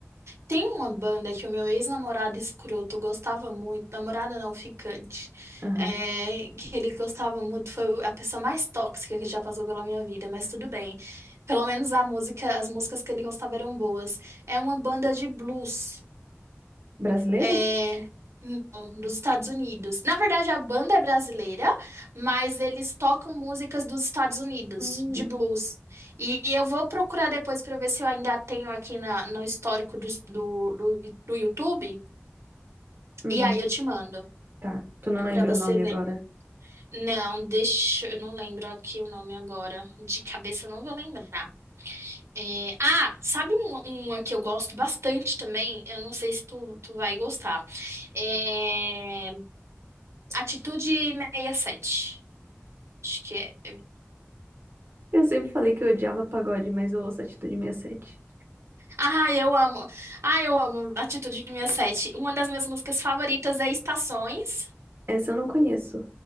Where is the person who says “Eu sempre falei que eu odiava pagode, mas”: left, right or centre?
Right